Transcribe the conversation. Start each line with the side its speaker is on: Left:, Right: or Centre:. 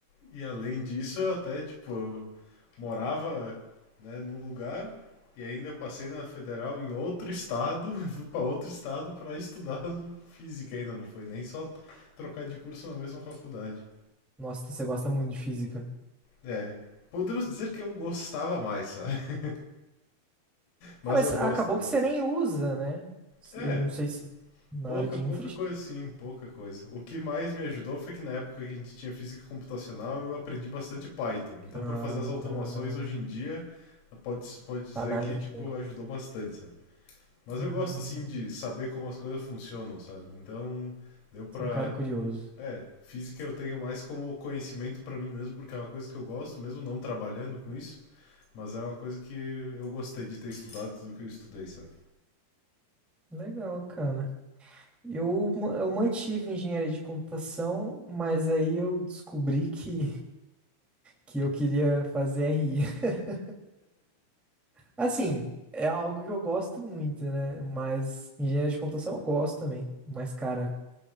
Left: E além disso, eu até, tipo, eu morava, né, num lugar e ainda eu passei na federal em outro estado, <laughs> fui para outro estado para estudar física ainda, não foi nem só trocar de curso na mesma faculdade.
Centre: Nossa, então você gosta muito de física.
Left: É, podemos dizer que eu gostava mais, sabe? <laughs> Mas
Centre: É, mas
Left: eu
Centre: acabou
Left: gosto, eu
Centre: que
Left: gosto.
Centre: você nem usa, né? Se-
Left: É,
Centre: Eu não sei se na
Left: Pouca,
Centre: área de
Left: pouca
Centre: infra.
Left: coisa, sim, pouca coisa. O que mais me ajudou foi que na época que a gente tinha física computacional, eu aprendi bastante Python. Então,
Centre: Ah,
Left: para fazer as automações hoje em dia, pode, pode dizer
Centre: tá na
Left: que,
Centre: língua.
Left: tipo, ajudou bastante, sabe? Mas
Centre: Ah,
Left: eu gosto, assim,
Centre: entendi.
Left: de saber como as coisas funcionam, sabe? Então, deu pra.
Centre: Você é um cara curioso.
Left: É, física eu tenho mais como conhecimento para mim mesmo, porque é uma coisa que eu gosto, mesmo não trabalhando com isso. Mas é uma coisa que eu gostei de ter estudado tudo que eu estudei, sabe?
Centre: Legal, cara. Eu, ma- eu mantive engenharia de computação, mas aí eu descobri que, que eu queria fazer RI. <laughs> Assim, é algo que eu gosto muito, né? Mas engenharia de computação eu gosto também. Mas, cara,